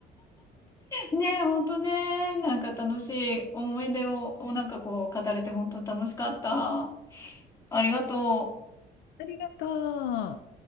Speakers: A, on the left; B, on the left.
A: ねえ、ほんとね、なんか楽しい思い出を、なんかこう、語れて本当楽しかった。ありがとう。
B: りがとう。